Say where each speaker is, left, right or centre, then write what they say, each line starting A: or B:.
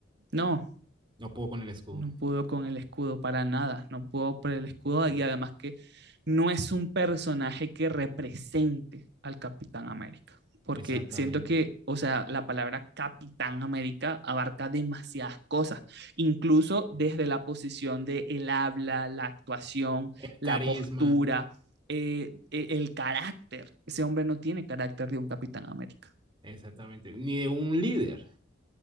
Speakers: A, on the right; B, on the right.
A: No,
B: No pudo con el escudo.
A: No pudo con el escudo para nada, no pudo por el escudo
B: Sí,
A: y además que no es un personaje que represente al Capitán América, porque
B: Exactamente.
A: siento que, o sea, la palabra Capitán América abarca demasiadas cosas, incluso
B: sí.
A: desde la posición de el habla, la actuación,
B: El
A: la
B: carisma,
A: postura, eh, eh, el carácter. Ese hombre no tiene carácter de un Capitán América,
B: exactamente. Ni de un líder,